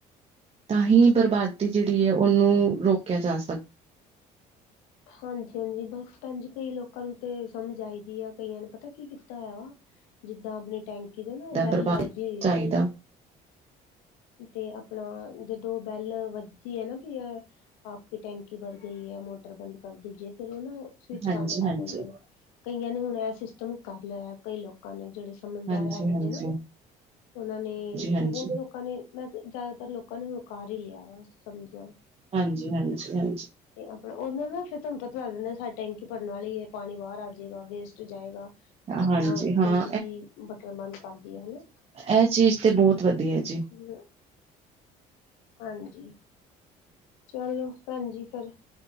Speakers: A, on the right; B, on the left.
A: ਤਾਂਹੀ ਬਰਬਾਦੀ ਜੇੜੀ ਏ ਓਨੂੰ ਰੋ- ਰੋਕਿਆ ਜਾ ਸਕ-
B: ਹਾਂਜੀ ਹਾਂਜੀ, ਬਸ ਭੈਣ ਜੀ ਕਈ ਲੋਕਾਂ ਨੂੰ ਤੇ ਸਮਝ ਆਈ ਦੀ ਆ, ਕਈਆਂ ਨੇ ਪਤਾ ਕੀ ਕੀਤਾ ਹੋਇਆ ਵਾ। ਜਿੱਦਾਂ ਆਪਣੀ ਟੈਂਕੀ ਦੇ ਨਾ, ਓ ਬੈਲ
A: ਬਰਬਾਦ
B: ਲਵਾਈ ਦੀ ਹੋਈ
A: ਚਾਹੀਦਾ
B: ਆ। ਤੇ ਆਪਣਾ ਜਦੋਂ ਬੈਲ ਵੱਜੀ ਦੀ ਏ ਨਾ ਵੀ ਆ ਕੀ ਟੈਂਕੀ ਭਰ ਗਈ ਐ, ਮੋਟਰ ਬੰਦ ਕਰ ਦੀ ਜੇ। ਫੇਰ ਓ ਨਾ ਸਵਿਚ
A: ਹਾਂਜੀ,
B: ਬੰਦ ਕਰ
A: ਹਾਂਜੀ, ਹਾਂਜੀ,
B: ਦਿੰਦੇ ਨੇ। ਕਈਆਂ ਨੇ ਹੁਣ ਐ ਸਿਸਟਮ ਕਰ ਲਿਆ ਹੋਇਆ, ਕਈ ਲੋਕਾਂ ਨੇ ਜੇੜੇ ਸਮਝਦਾਰ
A: ਹਾਂਜੀ,
B: ਹੈਗੇ
A: ਹਾਂਜੀ,
B: ਨੇ ਨਾ। ਓਨਾਂ ਨੇ
A: ਹਾਂਜੀ।
B: ਬੋਤ ਲੋਕ ਲੋਕਾਂ ਨੇ ਮੈਂ ਜਾਦਾਤਰ ਲੋਕਾਂ ਨੇ ਹੁਣ ਕਰ ਈ ਲਿਆ ਵਾ ਸਮਝੋ।
A: ਹਾਂਜੀ- ਹਾਂਜੀ, ਹਾਂ।
B: ਤੇ ਆਪਣਾ ਉਨਾਂ ਨਾਲ ਫ਼ਿਰ ਤੁਹਾਨੂੰ ਪਤਾ ਲੱਗ ਜਾਂਦਾ ਵੀ ਸਾਡੀ ਟੈਂਕੀ ਭਰਨ ਵਾਲੀ ਏ ਪਾਣੀ ਬਾਹਰ ਆ -ਜੇਗਾ ਵੇਸਟ ਜਾਏਗਾ ਆਪਾਂ
A: ਹਾਂਜੀ ਹਾਂ
B: ਜਲਦੀ-ਜਲਦੀ ਬਟਨ ਬੰਦ ਕਰਦੀਏ ਹਨਾ।
A: ਐ ਚੀਜ਼ ਤੇ ਬੋਹਤ ਵਧੀਆ ਜੀ।
B: <unintelligible> ਹਾਂਜੀ। ਚਲੋ ਭੈਣਜੀ ਫੇਰ